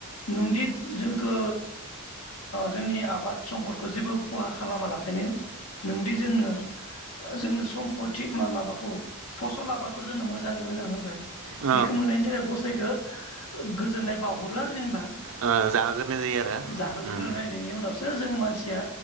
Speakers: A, on the left (about 70°); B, on the right (about 65°).
A: नोंदि जोंखौ जोंनि आबाद सम्पदखौ जेबो खहा खालामा लाखायनो नोंदि जोंनो जोंनो सम्पति माबाखौ फसल आबादखौ जोंनो मोजाङै मोजां होबाय
B: ओ
A: बेखौ मोननायनि थाखाय गसाइखो गोजोननाय बाउहरो आरो जेनेबा
B: ओ जाहोग्रोनाय जायो आरो
A: जाहोग्रोनाय
B: उम
A: बेनि उनावसो जों मानसिया